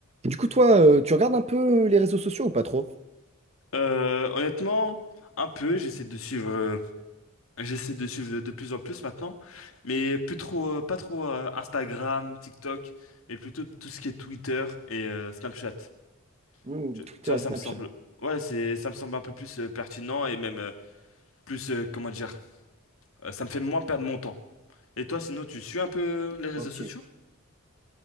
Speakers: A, on the right; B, on the left.
A: Du coup, toi, euh, tu regardes un peu euh, les réseaux sociaux ou pas trop?
B: Euh, honnêtement, un peu, j'essaie de suivre, euh, j'essaie de suivre de plus en plus maintenant, mais plus trop, euh, pas trop euh, Instagram, TikTok, mais plutôt tout ce qui est Twitter et euh, Snapchat.
A: Hmm,
B: Je- tu
A: Twitter
B: vois,
A: et
B: ça
A: Snapchat.
B: me semble, ouais, c'est, ça me semble un peu plus euh, pertinent et même euh, plus, euh, comment dire, euh, ça me fait moins perdre mon temps. Et toi, sinon, tu suis un peu les réseaux
A: Ok.
B: sociaux?